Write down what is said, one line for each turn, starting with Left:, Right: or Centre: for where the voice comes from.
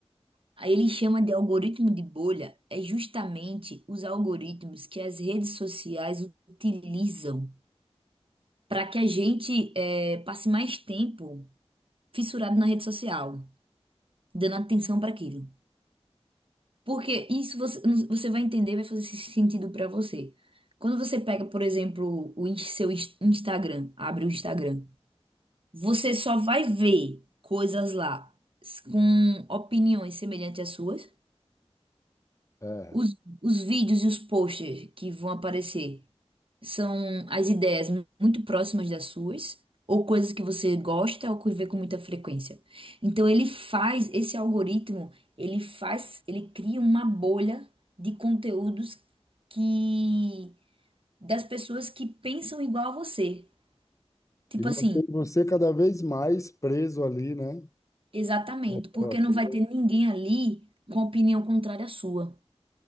Right: Aí ele chama de algoritmo de bolha é justamente os algoritmos que as redes sociais utilizam para que a gente eh, passe mais tempo fissurado na rede social, dando atenção para aquilo. Porque isso você, você vai entender, vai fazer sentido pra você. Quando você pega, por exemplo, o in- seu ins- Instagram, abre o Instagram, você só vai ver coisas lá s- com opiniões semelhantes às suas.
Left: É.
Right: Os, os vídeos e os posters que vão aparecer são as ideias muito próximas das suas, ou coisas que você gosta ou que vê com muita frequência. Então ele faz, esse algoritmo, ele faz, ele cria uma bolha de conteúdos que das pessoas que pensam igual a você. Tipo
Left: E mantém
Right: assim,
Left: você cada vez mais preso ali, né?
Right: exatamente,
Left: Naquela
Right: porque
Left: bolha.
Right: não vai ter ninguém ali com opinião contrária à sua.